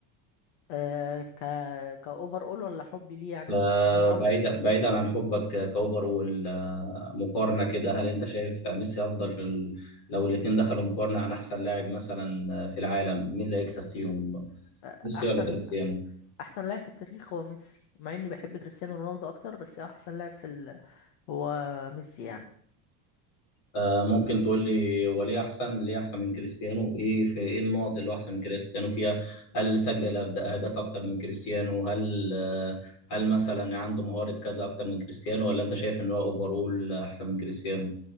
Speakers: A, on the left; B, on the left.
A: أه ك كأوفر أول ولا حبي ليه يعني
B: آه،
A: مين أو
B: بعيدا بعيدا عن حبك ك- كاوفرول آه، مقارنه كده هل انت شايف ميسي افضل في ال... لو الاثنين دخلوا مقارنه عن احسن لاعب مثلا آه، في العالم مين اللي هيكسب فيهم
A: آه،
B: ميسي
A: أحسن
B: ولا كريستيانو
A: أحسن لاعب في التاريخ هو ميسي مع إني بحب كريستيانو رونالدو أكتر بس أحسن لاعب في ال... هو ميسي يعني
B: آه، ممكن تقول لي هو ليه احسن ليه احسن من كريستيانو ايه في ايه النقط اللي هو احسن من كريستيانو فيها هل سجل أهد- اهداف اكتر من كريستيانو هل آه، هل مثلا عنده مهارة كذا اكتر من كريستيانو ولا انت شايف ان هو اوفرول احسن من كريستيانو